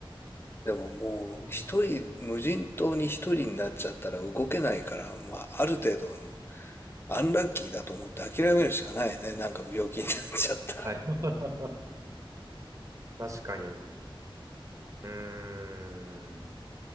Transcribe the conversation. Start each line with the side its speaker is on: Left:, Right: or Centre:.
Left: でももう、
Right: うん
Left: 一人、無人島に一人になっちゃったら動けないから、まあ、ある程度、アンラッキーだと思って諦めるしかないね。なんか病気になっちゃったら。
Right: はい。<laughs> 確かに。うーん。